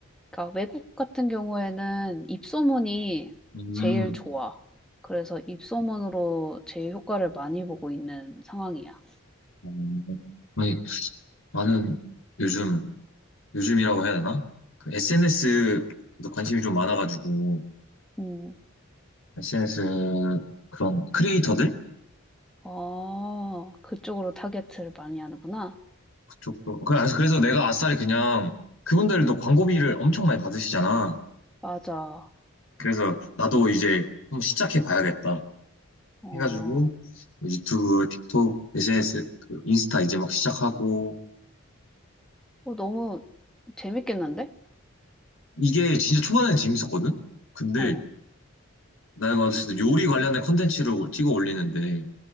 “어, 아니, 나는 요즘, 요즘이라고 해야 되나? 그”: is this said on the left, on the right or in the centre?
Left